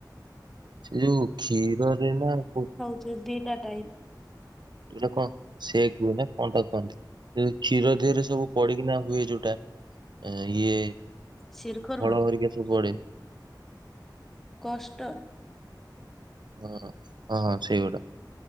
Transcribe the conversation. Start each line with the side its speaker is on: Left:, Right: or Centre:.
Right: ସେ ଯୋଉ କ୍ଷୀରରେ ନା କୋଉ
Centre: ଯୋଉ ଦିଟା ଟାଇ
Right: ଯୋଉଟା କଣ ସେକ ହୁଏ ନା କଣଟା କୁହନ୍ତି କ୍ଷୀର ଦେହରେ ସବୁ ପଡିକିନା ହୁଏ ଯୋଉଟା। ଆ ଇଏ
Centre: ଶିରଖୁର୍ମା
Right: ଫଳ ହେରିକା ସବୁ ପଡେ।
Centre: କଷ୍ଟର।
Right: ହଁ ହଁ ହଁ ସେଇଗୋଟା